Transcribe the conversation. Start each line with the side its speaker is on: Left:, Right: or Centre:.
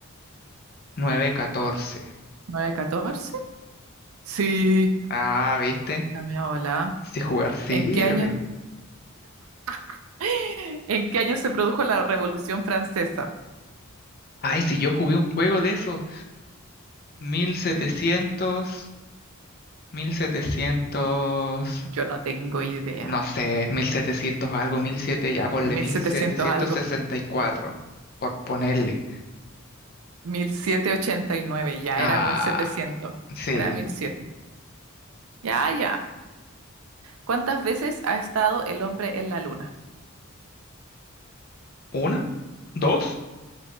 Left: 14, catorce
Right: 9 catorce? Sí,
Left: Ah, ¿viste?
Right: la mía volada.
Left: Si jugar sirve.
Right: ¿En qué año? <gasps> <laughs> ¿En qué año se produjo la Revolución Francesa?
Left: Ay, si yo jugué un juego de eso, mil setecientos
Right: Sí.
Left: mil setecientos
Right: Yo no tengo idea.
Left: no sé, 1700 algo, mil siete ya ponle
Right: Mil
Left: mil
Right: setecientos
Left: setecientos
Right: algo.
Left: sesenta y cuatro por ponerle.
Right: 1789. Ya
Left: Ah.
Right: era mil setecientos.
Left: Sí.
Right: Era mil siete. Ya, ya. ¿Cuántas veces ha estado el hombre en la luna?
Left: Una, dos,